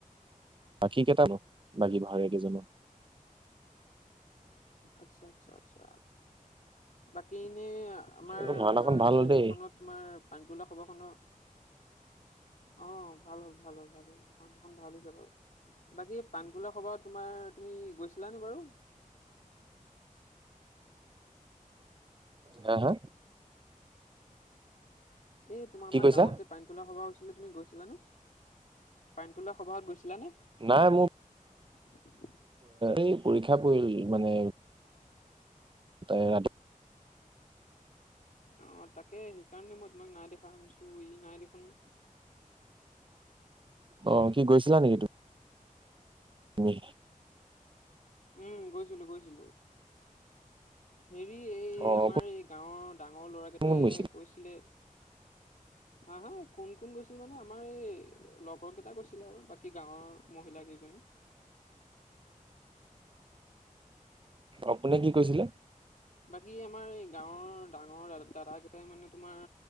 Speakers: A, on the right; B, on the left.
A: বাকী কেইটা বাও বাকী ভাৱৰীয়া কেইজনৰ
B: আচ্ছা আচ্ছা আচ্ছা বাক কিনে আমাৰ
A: কিন্তু ভাওনাখন ভাল হ'ল
B: হেৰিখনত
A: দেই
B: তোমাৰ পানীতোলা সভাখনৰ <unintelligible> অ ভাল হল ভাল হল ভাল হল অ এখন ভাল হৈছে বাৰু বাকী পানীতোলা সবাহ তোমাৰ তুমি তুমি গৈছিলানে বাৰু
A: হে হে
B: এই তোমাৰ
A: কি
B: আমাৰ
A: কৈছা
B: গাঁৱত যে পানীতোলা সভা হৈছিলে তুমি গৈছিলানে পানীতোলা সবাহত গৈছিলানে
A: নাই মোৰ
B: <unintelligible>
A: এই পৰীক্ষা পৰিল মানে তাৰে ৰাত
B: অ তাকে সেইকাৰণে মই তোমাক নাই দেখা শছো ই নাই দেখোন
A: অ কি গৈছিলা নেকি তুমি তুমি
B: উম গৈছিলো গৈছিলো হেৰি এই
A: অ
B: আমাৰ
A: কোন
B: এই গাঁৱত ডাঙৰ ল'ৰাকেইটাই
A: কোন গৈছিলা
B: কৈছিলে হা হা কোন কোন গৈছিল মানে আমাৰ এই লগৰ কেইটা গৈছিলে আৰু বাকী গাঁৱৰ মহিলা কি কলি
A: আপুনি কি কৈছিলে
B: বাকী আমাৰ এই গাঁৱৰ ডাঙৰ দাদা কেইটাই মানে তোমাৰ